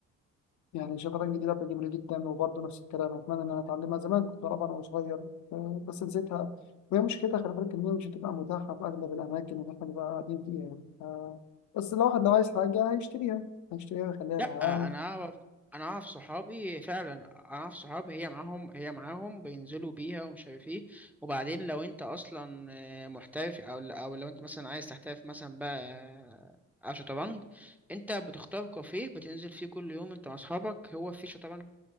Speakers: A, on the left (about 65°); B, in the centre.
A: يعني الشطرنج دي لعبة جميلة جدا وبرضه نفس الكلام أتمنى إن أنا أتعلمها زمان كنت بلعبها وأنا صغير آه، بس نسيتها وهي مشكلتها خلي بالك إن هي مش هتبقى متاحة في أغلب الأماكن اللي إحنا بنبقى قاعدين فيها يعني آه، بس الواحد لو عايز حاجة هيشتريها هيشتريها ويخليها
B: لا
A: معاه
B: انا اعرف انا اعرف صحابي فعلا انا اعرف صحابي هي معاهم هي معاهم بينزلوا بيها ومش عارف ايه وبعدين لو انت اصلا آه، محترف او او لو انت مثلا عايز تحترف مثلا بقى آه، على شطرنج انت بتختار كافيه بتنزل فيه كل يوم انت واصحابك هو فيه شطرنج